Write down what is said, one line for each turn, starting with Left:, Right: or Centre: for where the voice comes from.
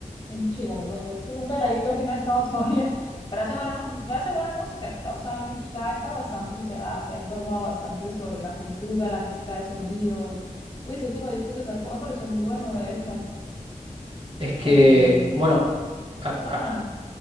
Left: En chino, digo yo. Es un peladito que no ha estado <laughs> todavía. Pero hace buena, mu- hace buena música, el pelado sabe mucho, sabe, sabe bastante, se ha, se ha informado bastante sobre la cultura, la mezcla de sonidos. Uy, ese último disco que sacó me pareció muy bueno, de hecho.
Right: es que,
Left: El de,
Right: bueno,
Left: ¿cómo
Right: a-
Left: se llama?
Right: a-